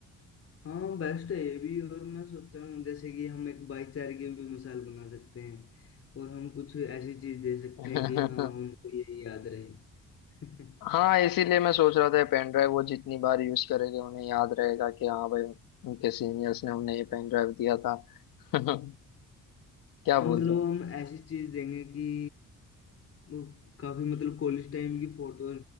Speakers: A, on the left; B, on the left.
A: हाँ बेस्ट है ये भी और मैं सोच रहा हूँ जैसे कि हम एक भाईचारे की भी मिसाल बना सकते हैं और हम कुछ ऐसी चीज दे सकते
B: <laughs>
A: हैं कि हाँ उनको ये याद रहे <laughs>
B: हाँ इसीलिए मैं सोच रहा था पेन ड्राइव वो जितनी बार यूज करेंगे उन्हें याद रहेगा कि हाँ भाई उनके सीनियर्स ने उन्हें ये पेन ड्राइव दिया था <laughs> क्या
A: हाँ
B: बोलते
A: मतलब
B: हो
A: हम ऐसी चीज देंगे कि वो काफी मतलब कॉलेज टाइम की फोटो